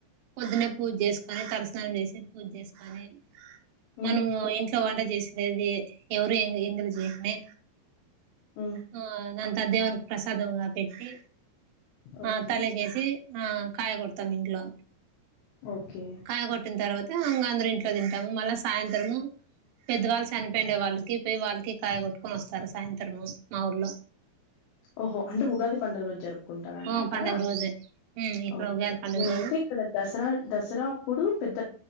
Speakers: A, on the right; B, on the left.
A: పొద్దున్నే పూజ చేసుకొని తలస్నానం చేసి పూజ చేసుకని
B: హ్మ్.
A: మనము ఇంట్లో వంట చేసి దేది ఎవరు ఎందీ ఏం తెలుసు నీకు అమ్మి
B: హ్మ్.
A: ఆ నంత దేవనికి ప్రస సదంగా పెట్టి
B: ఓకే.
A: ఆ తలకేసి ఆ కాయ కొడతాం ఇంట్లో
B: ఓకే.
A: కాయ కొట్టిన తర్వాత ఇంగ అందరం ఇంట్లో తింటాము మళ్ళ సాయంత్రము పెద్దవాళ్ళు చనిపోయిండే వాళ్ళకి పోయి వాళ్ళకి కాయ కొట్టుకొని వస్తారు సాయంత్రం మా ఊర్లో
B: ఓహో అంటే ఉగాది పండుగ రోజు జరుపుకుంటారా అండి
A: ఆ
B: అక్కడ
A: పండుగ రోజే ఉమ్ ఇక్కడ
B: ఓకే
A: ఉగాది పండుగ
B: మేమైతే
A: రోజు
B: ఇక్కడ దసరా దసరా అప్పుడు పెద్ద